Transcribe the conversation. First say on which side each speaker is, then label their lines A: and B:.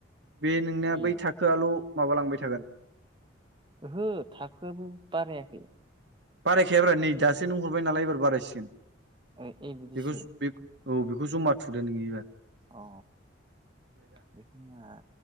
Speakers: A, on the right (about 60°); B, on the right (about 25°).
A: बे नोंनिया
B: ए
A: बै थाखोआल' माबालांबाय थागोन
B: ओहो थाखोआबो बारायाखै।
A: बारायखायाब्रा नै दासो नों हरबाय नालाय एबार बारायसिगोन।
B: ओ ए बिदिसो।
A: बेखौ बे औ बेखौ जमा थुदो नों इबार।
B: अ बेखौनो आहा